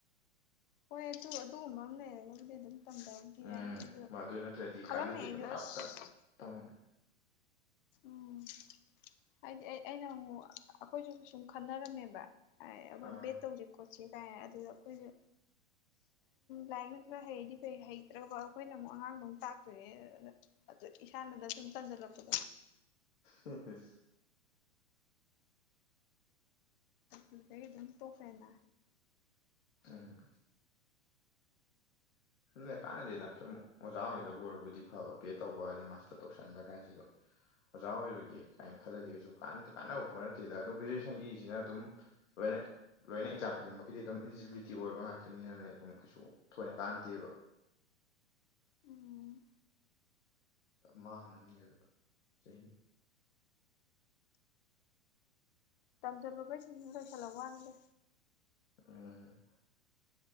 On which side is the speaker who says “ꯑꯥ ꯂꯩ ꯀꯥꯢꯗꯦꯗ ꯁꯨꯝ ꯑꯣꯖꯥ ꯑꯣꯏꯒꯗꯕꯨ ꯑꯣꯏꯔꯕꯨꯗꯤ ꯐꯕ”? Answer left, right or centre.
Left